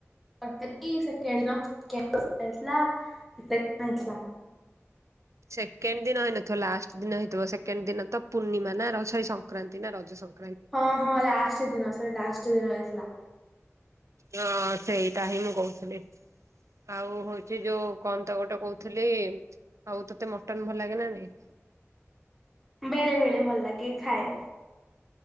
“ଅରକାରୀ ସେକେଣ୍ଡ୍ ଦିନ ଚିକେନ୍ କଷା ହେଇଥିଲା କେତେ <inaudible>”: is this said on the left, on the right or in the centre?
Centre